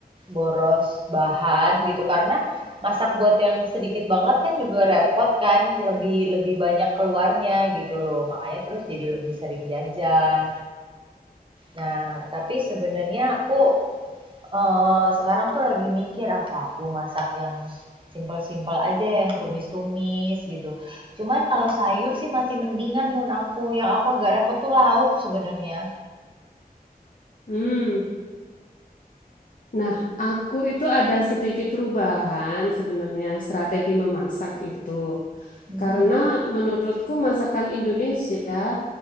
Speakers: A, on the right (about 30°); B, on the left (about 60°).
A: boros bahan gitu karena masak buat yang sedikit banget kan juga repot kan, lebih lebih banyak keluarnya gitu loh. Makanya terus jadi lebih sering jajan. Nah, tapi sebenarnya aku eh, sekarang tuh lagi mikir apa aku masak yang simpel-simpel aja yang tumis-tumis gitu. Cuman kalau sayur sih masih mendingan mun aku. Yang aku agak repot tuh lauk sebenarnya.
B: hmm. Nah, aku itu ada sedikit perubahan sebenarnya strategi memasak itu.
A: mm
B: Karena menurutku masakan Indonesia